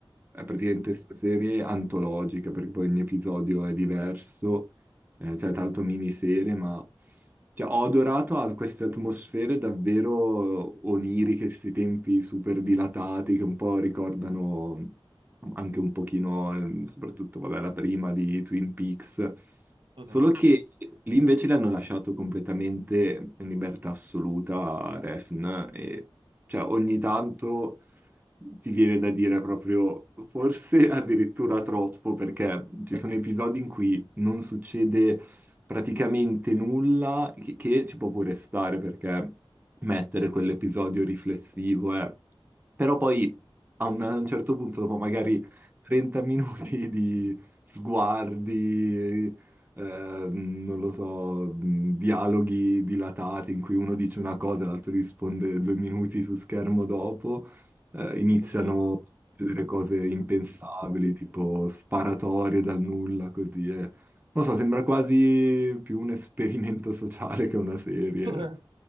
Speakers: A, on the right; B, on the right.
A: è
B: mh-mh,
A: praticamente questa serie antologica, perché poi ogni episodio è diverso, eh, cioè tanto miniserie, ma cioè, ho adorato a queste atmosfere davvero oniriche, questi tempi super dilatati che un po' ricordano anche un pochino, ehm, soprattutto, vabbè, la prima di Twin Peaks,
B: mh-mh,
A: solo che lì invece le hanno lasciato completamente in libertà assoluta a Refn e cioè ogni tanto ti viene da dire proprio forse addirittura troppo, perché ci sono episodi in cui non succede praticamente nulla che, che ci può pure stare, perché mettere quell'episodio riflessivo è... Però poi a un, a un certo punto, dopo magari
B: mh,
A: 30 minuti <laughs> di sguardi, eh, non lo so, mh, dialoghi dilatati in cui uno dice una cosa e l'altro risponde due minuti su schermo dopo, eh, iniziano
B: mh-mh.
A: a succedere cose impensabili, tipo sparatorie dal nulla, così. E, non lo so, sembra quasi più un esperimento sociale che una serie,
B: <laughs>